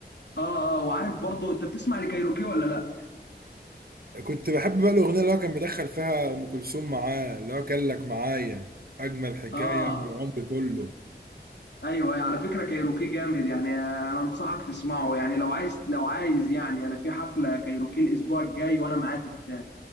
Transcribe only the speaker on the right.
كنت بحب بقى الاغنيه اللي هو كان بيدخل فيها ام كلثوم معاه اللي هو كان لك معايا اجمل حكايه
من العمر كله